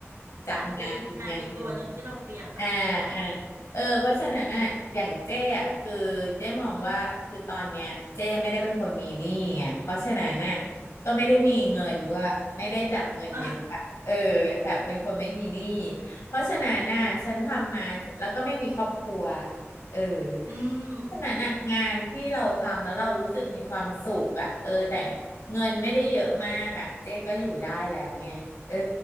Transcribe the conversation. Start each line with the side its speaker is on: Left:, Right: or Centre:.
Left: จากงานอีกงานหนึ่ง
Right: จากไอไองานอีกตัวหนึ่งที่เราเปรียบอ่ะเออ
Left: อ่าอ่าเออเพราะฉะนั้นน่ะอย่างเจ้อ่ะคือเจ้มองว่าคือตอนเนี้ยเจ้ไม่ได้เป็นคนมีหนี้ไงเพราะฉะนั้นน่ะก็ไม่ได้มีเงินด้วยไม่ได้แบบเงินเยอะอะเออแต่เป็นคนไม่มีหนี้
Right: <laughs>
Left: เพราะฉะนั้นน่ะฉันทำมาแล้วก็ไม่มีครอบครัวเออ
Right: อืม
Left: เพราะฉะนั้นน่ะงานที่เราทำแล้วเรารู้สึกมีความสุขอ่ะเออแต่เงินไม่ได้เยอะมากอ่ะเจ๊ก็อยู่ได้แล้วไงเออ